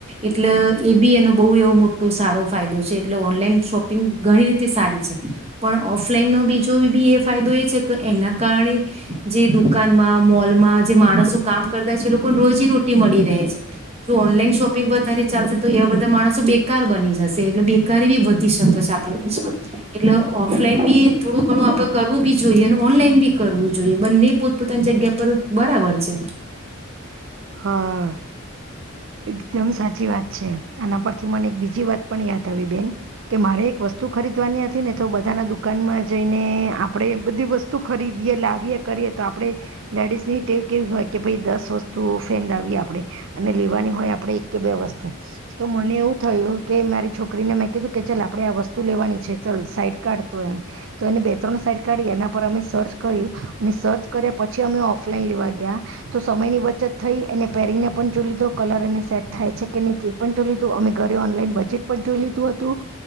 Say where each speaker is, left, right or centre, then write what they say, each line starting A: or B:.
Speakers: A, on the right; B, on the right.
A: એટલે એ બી એનો બહુ એવો મોટો સારો ફાયદો છે એટલે ઓનલાઈન શોપિંગ ઘણી રીતે સારી છે પણ ઓફલાઈન નો બીજો બી એ ફાયદો એ છે કે એના કારણે જે દુકાનમાં મોલમાં જે માણસો કામ કરતા છે એ લોકોને રોજ ર મળી રહે જો ઓનલાઈન શોપિંગ વધારે ચાલશે તો એવા બધા માણસો બેકાર બની જશે એટલે બેકાર બી વધી શકે છે આપ દ એટલે ઓફલાઈન બી થોડું ઘણું આપડે કરવું બી જોઈએ અને ઓનલાઈન બી કરવું જોઈએ બંને પોતપોતાની જગ્યા પર બરાબર છે
B: હા એકદમ સાચી વાત છે આના પરથી મને એક બીજી વાત પણ યાદ આવી બેન કે મારે એક વસ્તુ ખરીદવાની હતી ને તો બધાના દુકાનમાં જઈ અને આપડે બધી વસ્તુ ખરીદીએ લાવીએ કરીએ તો આપડે લેડીઝ ની એવું કેવી હોય કે ભાઈ દસ વસ્તુ ત ફેંદાવી આપણે અને લેવાની હોય આપણેે એક કે બે વસ્તુ તો મને એવું થયું કે મારી છોકરીને મેં કીધું કે ચાલ આપણેે આ વસ્તુ લેવાની છે ચાલ સાઈટ કાઢતો એમ તો એને બે ત્રણ સાઈટ કાઢી એના પર અમે સર્ચ કર્યું અને સર્ચ કર્યા પછી અમે ઓફલાઈન લેવા ગયા તો સમયની બ પહેરીને પણ જો લીધો કલર એને સેટ થાય છે કે નહી એ પણ જોઈ લીધું અમે ઘરે ઓનલાઈન બજેટ પણ જોઈ લીધું હતું